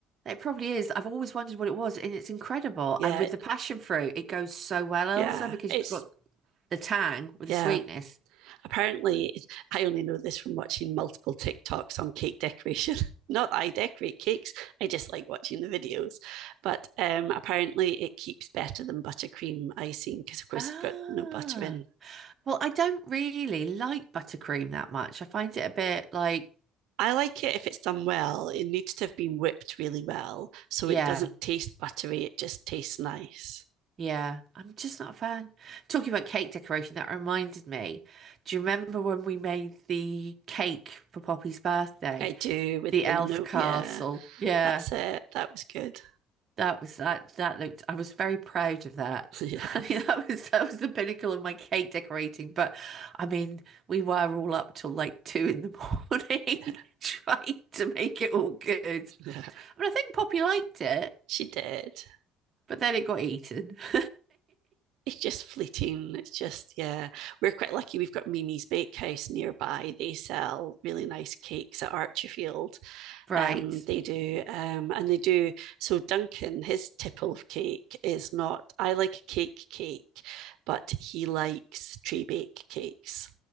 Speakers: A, on the right (about 35°); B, on the right (about 75°).
A: it probably is. I've always wondered what it was, and it's incredible.
B: Yeah,
A: And with the passion fruit, it goes so well, Elsa,
B: yeah.
A: because
B: It's,
A: you've got the tang with
B: yeah,
A: the sweetness.
B: apparently <laughs> i only know this from watching multiple tiktoks on cake decoration <laughs> not that i decorate cakes i just like watching the videos but um, apparently it keeps better than buttercream icing because of course
A: Ah,
B: it's got no butter in
A: well, I don't really like buttercream that much. I find it a bit like,
B: i like it if it's done well it needs to have been whipped really well so
A: yeah,
B: it doesn't taste buttery it just tastes nice
A: yeah, I'm just not a fan. Talking about cake decoration, that reminded me. Do you remember when we made the cake for Poppy's birthday?
B: i do with
A: The
B: the
A: elf
B: note
A: castle.
B: yeah
A: Yeah.
B: that's it that was good
A: That was that that looked I was very proud of that.
B: <laughs> yes
A: <laughs> I mean that was that was the pinnacle of my cake decorating. But I mean, we were all up till like two in the morning
B: yeah
A: <laughs> trying to make it all good. I
B: yeah
A: mean I think Poppy liked it,
B: she did
A: but then it got eaten. <laughs>
B: it's just fleeting. It's just, yeah. We're quite lucky. We've got Mimi's Bakehouse nearby. They sell really nice cakes at Archerfield.
A: Right.
B: Um, they do. Um, and they do. So Duncan, his tipple of cake is not, I like a cake cake, but he likes tree bake cakes.